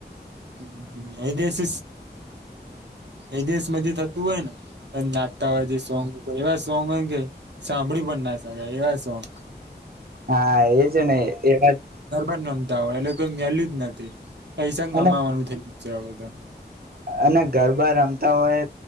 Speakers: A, on the right (about 80°); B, on the right (about 60°).
A: <inaudible> એ દેશ એ દેશ મ જે થતું હોય ને નાતા હોય જે સોંગ ઉપર એવા સોંગ કે સાંભળી પણ ના સાાય એવા સોંગ
B: હા એ છે ને એવા
A: બર રમતા હોય એટલે કોઈ મેલ્યું જ નથી પૈસંગ ગમાવાનું
B: અને
A: થયું જાવદ
B: અને ગરબા રમતા હોય